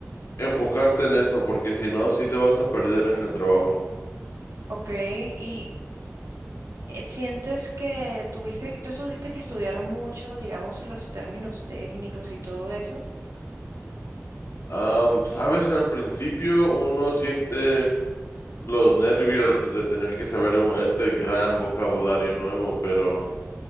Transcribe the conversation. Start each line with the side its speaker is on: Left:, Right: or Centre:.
Left: enfocarte en eso, porque si no, sí te vas a perder en el trabajo.
Right: Ok, y Eh, ¿Sientes que tuviste, tú tuviste que estudiar mucho, digamos, los términos técnicos y todo eso?
Left: Am, sabes, al principio uno siente los nervios de tener que saber un- este gran vocabulario nuevo, pero...